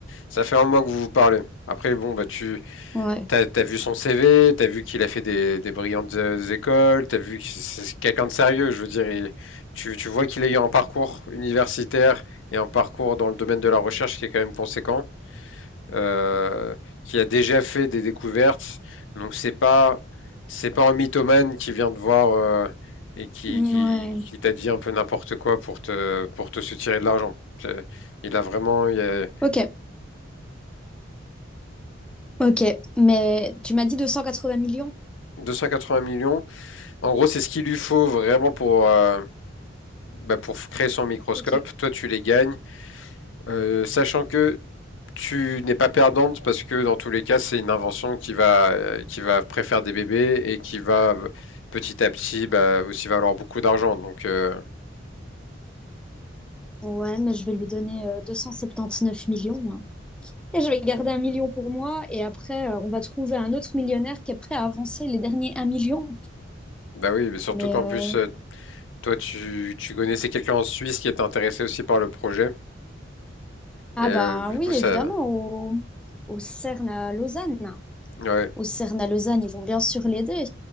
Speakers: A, on the left (about 75°); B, in the centre.
A: Ça fait un mois que vous vous parlez. Après, bon, bah tu
B: Ouais.
A: T'as as vu son CV, t'as vu qu'il a fait des, des brillantes euh, écoles, t'as vu que c'est quelqu'un de sérieux, je veux dire. il- tu, tu vois qu'il a eu un parcours universitaire et un parcours dans le domaine de la recherche qui est quand même conséquent, euh, qui a déjà fait des découvertes. Donc c'est pas c'est pas un mythomane qui vient te voir euh, et qui,
B: Ouais.
A: qui, qui t'a dit un peu n'importe quoi pour te pour te soutirer de l'argent. C'est- Il a vraiment il y a
B: Ok. Ok. Mais tu m'as dit 280 millions?
A: 280 millions. En gros, c'est ce qu'il lui faut vraiment pour euh, bah, pour créer son microscope.
B: Ok.
A: Toi, tu les gagnes, euh, sachant que tu n'es pas perdante parce que dans tous les cas, c'est une invention qui va, euh, qui va préfère des bébés et qui va euh, petit à petit bah, aussi valoir beaucoup d'argent. Donc, euh,
B: Ouais, mais je vais lui donner euh, 279 millions, hein. Et je vais garder un million pour moi, et après, euh, on va trouver un autre millionnaire qui est prêt à avancer les derniers un million.
A: bah oui, mais surtout
B: Mais,
A: qu'en
B: euh,
A: plus, euh, toi, tu, tu connaissais quelqu'un en Suisse qui était intéressé aussi par le projet.
B: ah
A: Et euh,
B: bah
A: du
B: oui,
A: coup, ça.
B: évidemment, au, au CERN à Lausanne.
A: Ouais,
B: au CERN à Lausanne, ils vont bien sûr l'aider.